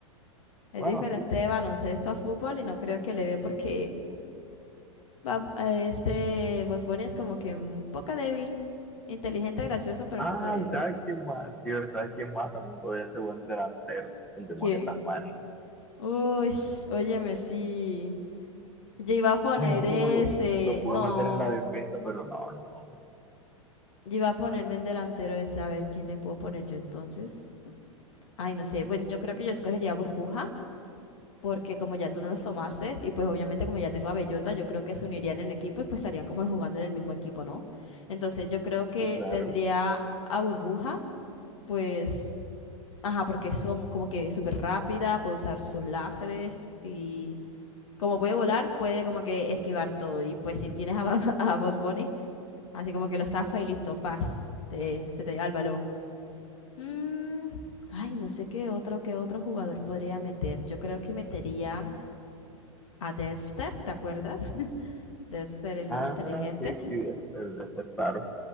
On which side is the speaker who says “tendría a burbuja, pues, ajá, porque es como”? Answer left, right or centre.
Left